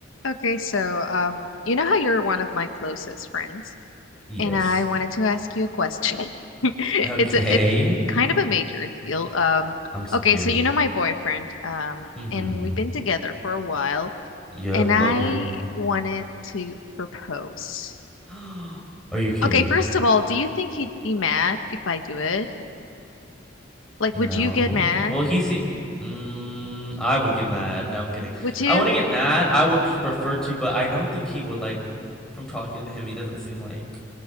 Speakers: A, on the left; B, in the centre.
A: Okay, so um, you know how you're one of my closest friends,
B: Yes.
A: and I wanted to ask you a question. <laughs>
B: Okay.
A: It's a, it's kind of a major deal. Um,
B: I'm scared.
A: okay, so you know my boyfriend, um,
B: Mm-hmm.
A: and we've been together for a while,
B: Yep,
A: and
B: love
A: I
B: him.
A: wanted to propose.
B: <gasps> Are you kidding?
A: Okay, first of all, do you think he'd be mad if I do it? Like,
B: No.
A: would you get mad?
B: Well, he seemed. Mm, I would get mad. No, I'm kidding.
A: Would you?
B: I wouldn't get mad. I would just prefer to, but I don't think he would like. From talking to him, he doesn't seem like